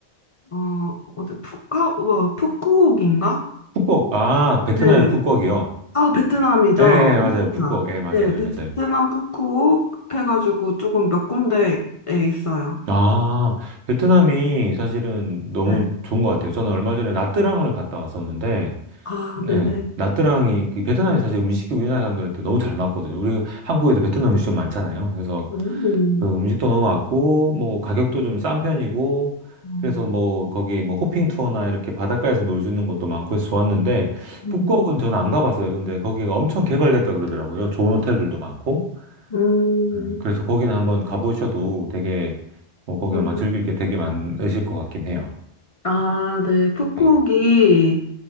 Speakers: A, on the left; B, on the right.
A: 어, 어디, 푸카, 어, 푸꾸옥인가?
B: 푸꾸옥, 아, 베트남의
A: 네.
B: 푸꾸옥이요?
A: 아, 베트남이죠.
B: 예, 예, 맞아요.
A: 베트남.
B: 푸꾸옥, 예, 맞아요.
A: 네, 베트남
B: 맞아요.
A: 푸꾸옥 해가지고 조금 몇 군데에 있어요.
B: 아, 베트남이 사실은 너무
A: 네.
B: 좋은 것 같아요. 저는 얼마 전에 나트랑을 갔다 왔었는데,
A: 아,
B: 네.
A: 네네.
B: 나트랑이, 그 베트남이 사실 음식이 우리나라 사람들한테 너무 잘 맞거든요. 우리 한국에도 베트남 음식점 많잖아요. 그래서
A: 오.
B: 그 음식도 너무 맞고, 뭐 가격도 좀 싼 편이고,
A: 음,
B: 그래서 뭐 거기 뭐 호핑 투어나 이렇게 바닷가에서 놀 수 있는 것도 많고 해서 좋았는데,
A: 음,
B: 북극은 저는 안 가봤어요. 근데 거기가 엄청 개발됐다 그러더라고요. 좋은 호텔들도 많고.
A: 음,
B: 네, 그래서 거기는 한번 가보셔도 되게, 뭐 거기
A: 음.
B: 아마 즐길 게 되게 많으실 것 같긴 해요.
A: 아, 네. 푸꾸옥이,
B: 네.